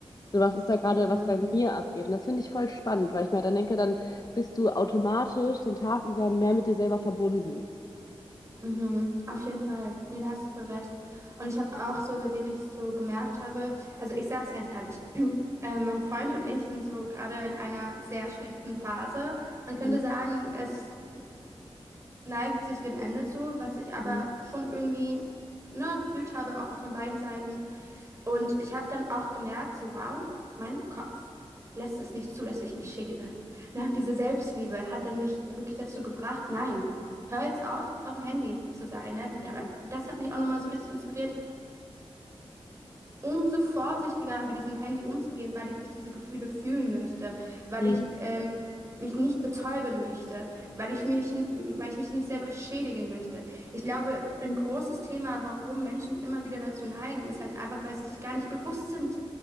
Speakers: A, on the left; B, on the right.
A: So, was ist da gerade,
B: Mhm.
A: was bei mir abgeht? Und das finde ich voll spannend, weil ich mir dann denke, dann bist du automatisch den Tag über mehr mit dir selber verbunden.
B: Mhm. Auf jeden Fall. Ja, da hast du voll recht. Und ich habe auch so, seitdem ich so gemerkt habe, also ich sage es ganz ehrlich, <clears throat> äh, mein Freund und ich sind so gerade in einer sehr schlechten Phase. Man könnte
A: Mhm,
B: sagen, es neigt sich dem Ende zu, was ich aber
A: mhm,
B: schon irgendwie, ne, gefühlt habe, auch von beiden Seiten. Und ich habe dann auch gemerkt, so wow, mein Kopf lässt es nicht zu, dass ich mich schädige. Ne, diese Selbstliebe hat dann mich wirklich dazu gebracht, nein, hör jetzt auf, auf dem Handy zu sein. Ne? Da-
A: mhm,
B: Das hat mich auch nochmal so richtig inspiriert, umso vorsichtiger mit diesem Handy umzugehen, weil ich diese Gefühle fühlen möchte, weil
A: mhm.
B: ich ähm, mich nicht betäuben möchte, weil ich mich, weil ich mich nicht selber schädigen möchte. Ich glaube, ein großes Thema, warum Menschen immer wieder dazu neigen, ist halt einfach, weil sie sich gar nicht bewusst sind,